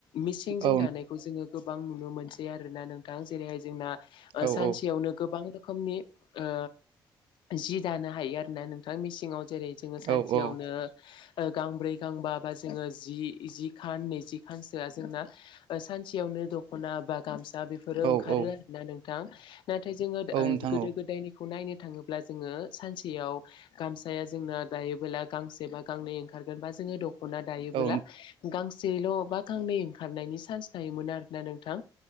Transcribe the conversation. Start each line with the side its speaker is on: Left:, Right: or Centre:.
Left: मिसिंजों
Right: औ
Left: दानायखौ जोङो गोबां नुनो मोनसै आरोना नोंथां जेरैहाय जोंना। ओ
Right: औ
Left: सानसेयावनो गोबां रोखोमनि ओ जि। दानो हायो आरोना नोंथां मिसिंआव जेरै जोङो सानसेयावनो।
Right: औ औ
Left: गांब्रै, गांबा बा जोङो जि-जि खान, नैजि खानसोआ जोंना ओ सानसेयाव। दख'ना बा गामसा बेफोरो
Right: नोंथां औ
Left: ओंखारो आरो ना नोंथां नाथाय जोङो
Right: औ
Left: ओ
Right: नोंथां
Left: गोदो-गोदायनि। बेखौ नायनो थाङोब्ला जोङो। सानसेयाव गामसाया जोंना दायोबोला गांसे बा गांनै ओंखारगोन बा जोङो दख। ना दायोबोला
Right: औ
Left: गां। सेल' बा गांनै ओंखारनायनि सान्स थायोमोन आरोना नोंथां‌।